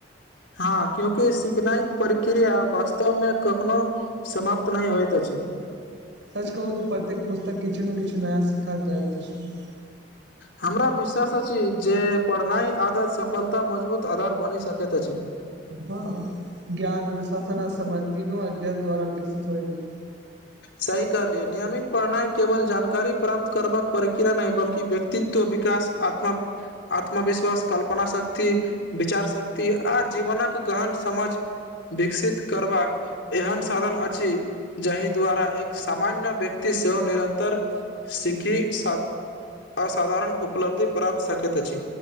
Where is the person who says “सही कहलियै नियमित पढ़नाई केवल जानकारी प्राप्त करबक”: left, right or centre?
Left